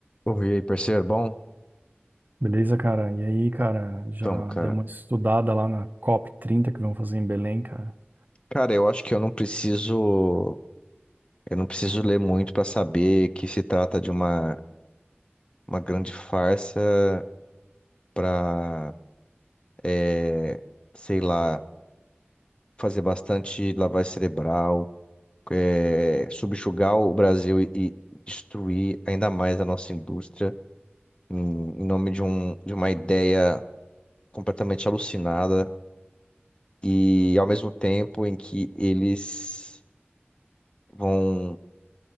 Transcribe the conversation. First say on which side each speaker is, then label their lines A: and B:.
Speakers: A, on the left; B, on the right.
A: Ouvi aí, parceiro, bom?
B: Beleza, cara? E aí, cara, já
A: Então, cara.
B: deu uma estudada lá na COP30 que vão fazer em Belém, cara? <laughs>
A: Cara, eu acho que eu não preciso. Eu não preciso ler muito pra saber que se trata de uma, uma grande farsa pra, é, sei lá, fazer bastante lavagem cerebral, é, subjugar o Brasil e, e destruir ainda mais a nossa indústria em, em nome de, um, de uma ideia completamente alucinada e ao mesmo tempo em que eles. vão